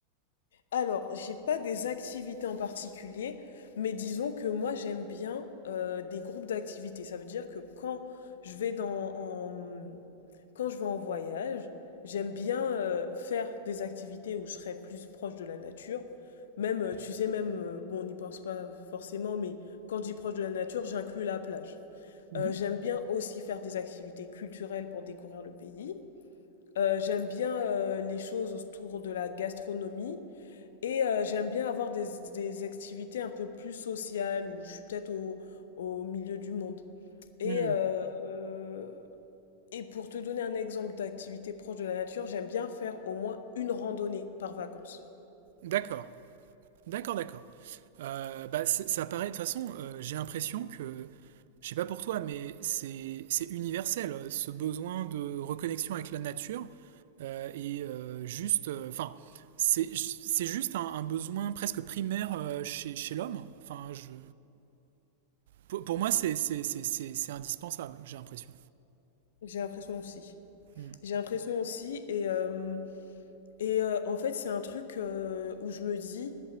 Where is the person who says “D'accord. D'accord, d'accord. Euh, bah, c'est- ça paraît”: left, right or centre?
Right